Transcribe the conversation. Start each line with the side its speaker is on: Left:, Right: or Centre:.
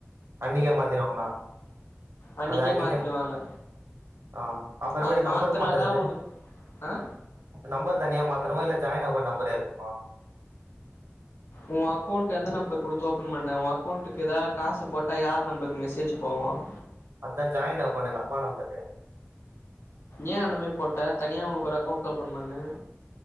Right: அன்னிக்கே மாதிருவாங்ளா
Left: அன்னைக்கே
Right: அதா அன்னிக்கே
Left: மாத்திடுவாங்க
Right: ஆ அப்றோ
Left: அது
Right: மேட்டு நம்பர்
Left: மாத்தனாதா
Right: மாத்துறது
Left: உனக்கு ஆ
Right: நம்பர் தனியா மாத்தணுமா இல்ல ஜாயின் அக்கௌன்ட் நம் பர இருக்குமா
Left: உன் அக்கௌண்ட் எந்த நம்பர் குடுத்து ஓபன் பண்ண உன் அக்கௌண்ட்க்கு ஏதாது காசு போட்டா யார் நம்பருக்கு மெசேஜூ போவோம்
Right: அத்தா ஜாயிண்ட் அக்கௌன்ட் எங்க அப்பா நம்பரு
Left: ஏன் அந்தமாரி போட்ட தனியா உனக்கு ஒரு அக்கௌண்ட் ஓபன் பண்ணு